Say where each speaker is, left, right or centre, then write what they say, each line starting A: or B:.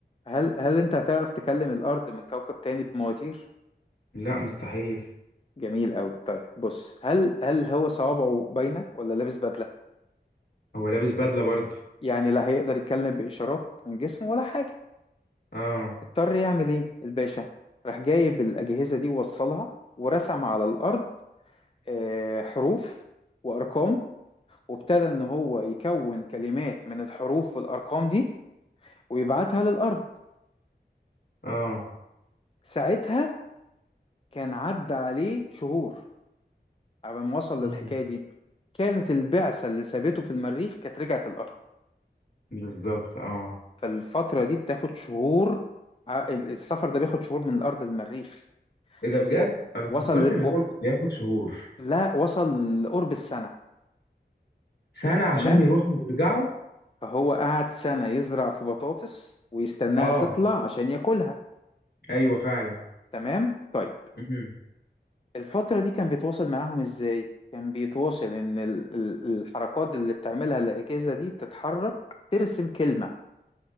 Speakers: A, on the left; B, on the left.
A: هل هل انت هتعرف تكلم الارض من كوكب تاني بمواتير
B: لا مستحيل
A: جميل قوي طيب بص هل هل هو صوابعه باينه ولا لابس بدله
B: هو لابس بدلة برضه
A: يعني لا هيقدر يتكلم باشارات من جسمه ولا حاجه
B: اه
A: اضطر يعمل ايه الباشا راح جايب الاجهزه دي ووصلها ورسم على الارض آه، حروف وارقام وابتدى ان هو يكون كلمات من الحروف والارقام دي ويبعتها للارض
B: اه
A: ساعتها كان عدى عليه شهور على ما وصل
B: مم.
A: للحكاية دي كانت البعثة اللي سابته في المريخ كانت رجعت الأرض
B: بالظبط اه
A: فالفترة دي بتاخد شهور ع- السفر ده بياخد شهور من الأرض للمريخ
B: ايه ده بجد
A: و-
B: انا
A: وصل
B: فكرت
A: ل...
B: اللي هو
A: و...
B: مش بياخد شهور
A: لا وصل لقرب السنة
B: سنة عشان
A: تمام
B: يروحوا ويرجعوا
A: فهو قعد سنة يزرع في بطاطس ويستناها
B: اه
A: تطلع عشان ياكلها
B: ايوه فعلا
A: تمام طيب
B: امم
A: الفترة دي كان بيتواصل معاهم إزاي؟ كان بيتواصل إن ال- ال- الحركات اللي بتعملها الأجهزة دي بتتحرك ترسم كلمة